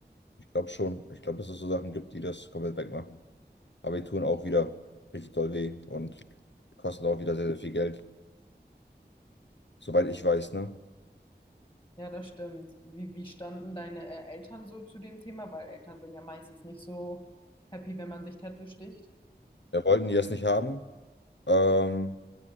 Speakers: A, on the left; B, on the left.
A: Ich glaube schon. Ich glaube, dass es so Sachen gibt, die das komplett wegmachen. Aber die tun auch wieder richtig doll weh und kosten auch wieder sehr, sehr viel Geld. Soweit ich weiß, ne?
B: Ja, das stimmt. Wie, wie standen deine äh, Eltern so zu dem Thema? Weil Eltern sind ja meistens nicht so happy, wenn man sich Tattoo sticht.
A: Wir wollten die erst nicht haben, ähm,